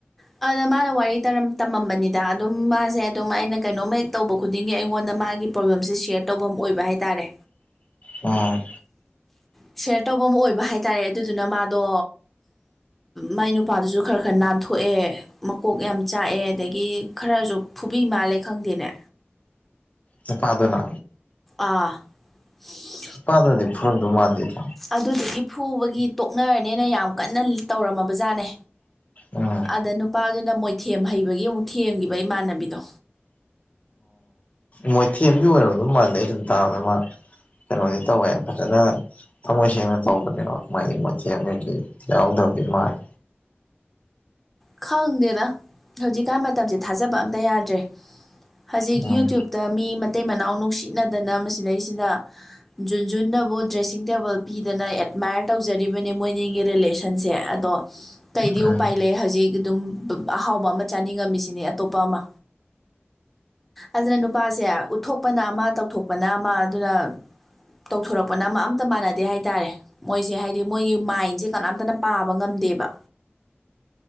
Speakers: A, in the centre; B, on the left.
A: ꯑꯗ ꯃꯥꯅ ꯋꯥꯔꯤ ꯇꯧꯔꯝ ꯇꯝꯃꯝꯕꯅꯤꯗ ꯑꯗꯨꯝ ꯃꯥꯁꯦ ꯑꯗꯨꯝ ꯑꯩꯅ ꯀꯩꯅꯣꯝꯃ ꯍꯦꯛ ꯇꯧꯕ ꯈꯨꯗꯤꯡꯒꯤ ꯑꯩꯉꯣꯟꯗ ꯃꯥꯒꯤ ꯄ꯭ꯔꯣꯕ꯭ꯂꯦꯝꯁꯦ ꯁꯤꯌꯔ ꯇꯧꯕꯝ ꯑꯣꯏꯕ ꯍꯥꯏꯇꯥꯔꯦ
B: ꯑ
A: ꯁꯌꯔ ꯇꯧꯕ ꯑꯃ ꯑꯣꯏꯕ ꯍꯥꯏꯇꯥꯔꯦ ꯑꯗꯨꯗꯨꯅ ꯃꯥꯗꯣ ꯃꯥꯏ ꯅꯨꯄꯥꯗꯨꯁꯨ ꯈꯔ ꯈꯔ ꯅꯥꯟꯊꯣꯛꯑꯦ ꯃꯀꯣꯛ ꯌꯥꯝ ꯆꯥꯛꯑꯦ ꯑꯗꯒꯤ ꯈꯔꯖꯨ ꯐꯨꯕꯤ ꯃꯥꯜꯂꯦ ꯈꯪꯗꯦꯅꯦ
B: ꯅꯨꯄꯥꯗꯨꯅ
A: ꯑꯥ <unintelligible>
B: ꯅꯨꯄꯥꯗꯨꯅꯗꯤ ꯐꯨꯔꯝꯗꯧ ꯃꯥꯟꯗꯦꯗ
A: ꯑꯗꯨꯗꯨꯒꯤ ꯐꯨꯕꯒꯤ ꯇꯣꯛꯅꯔꯅꯤꯅ ꯌꯥꯝ ꯀꯟꯅ ꯇꯧꯔꯝꯃꯕ ꯖꯥꯠꯅꯦ
B: ꯎꯝ
A: ꯑꯗ ꯅꯨꯄꯥꯗꯨꯅ ꯃꯣꯏꯊꯦꯝ ꯍꯩꯕꯒꯤ ꯑꯃꯨꯛ ꯊꯦꯝꯒꯤꯕ ꯏꯃꯥꯟꯅꯕꯤꯗꯣ
B: ꯃꯣꯏꯊꯦꯝꯗꯤ ꯑꯣꯏꯔꯝꯗꯧ ꯃꯥꯟꯗꯦ ꯑꯩ ꯁꯨꯝ ꯇꯥꯕꯗ ꯃ ꯀꯩꯅꯣꯗꯤ ꯇꯧꯋꯦ ꯍꯥꯏ ꯐꯖꯅ ꯊꯃꯣꯏꯁꯦꯡꯅ ꯇꯧꯕꯅꯦꯕ ꯃꯥꯒꯤ <unintelligible> ꯌꯥꯎꯗꯕꯗꯤ ꯃꯥꯂꯦ
A: ꯈꯪꯗꯦꯗ ꯍꯧꯖꯤꯛꯀꯥꯟ ꯃꯇꯝꯁꯦ ꯊꯥꯖꯕ ꯑꯝꯇ ꯌꯥꯗ꯭ꯔꯦ ꯍꯧꯖꯤꯛ
B: ꯎꯝ
A: ꯌꯨꯇ꯭ꯌꯨꯨꯞ ꯇ ꯃꯤ ꯃꯇꯩ ꯃꯅꯥꯎ ꯅꯨꯡꯁꯤꯅꯗꯅ ꯃꯁꯤꯗꯩꯁꯤꯗ ꯖꯨꯟ ꯖꯨꯟꯅꯕꯨ ꯗ꯭ꯔꯦꯁꯤꯡ ꯇꯦꯕꯜ ꯄꯤꯗꯅ ꯑꯦꯗꯃꯥꯏꯌꯔ ꯇꯧꯖꯔꯤꯕꯅꯦ ꯃꯣꯏꯅꯤꯒꯤ ꯔꯤꯂꯦꯁꯟ ꯁꯟꯁꯦ ꯑꯗꯣ ꯀꯩꯗꯤ
B: ꯎꯝ
A: ꯎꯄꯥꯏ ꯂꯩ ꯍꯖꯤꯛ ꯗꯨꯝ ꯑꯍꯥꯎꯕ ꯑꯃ ꯆꯥꯅꯤꯡꯉꯝꯃꯤꯁꯤꯅꯦ ꯑꯇꯣꯞꯄ ꯑꯃ ꯑꯗꯨꯅ ꯅꯨꯄꯥꯁꯦ ꯎꯠꯊꯣꯛꯄꯅ ꯑꯃ ꯇꯧꯊꯣꯛꯄꯅ ꯑꯃ ꯑꯗꯨꯅ ꯇꯧꯊꯣꯔꯛꯄꯅ ꯑꯃ ꯑꯝꯇ ꯃꯥꯟꯅꯗꯦ ꯍꯥꯏꯇꯥꯔꯦ ꯃꯣꯏꯁꯦ ꯍꯥꯏꯗꯤ ꯃꯣꯏꯒꯤ ꯃꯥꯏꯟꯁꯦ ꯀꯅꯥꯝꯇꯅ ꯄꯥꯕ ꯉꯝꯗꯦꯕ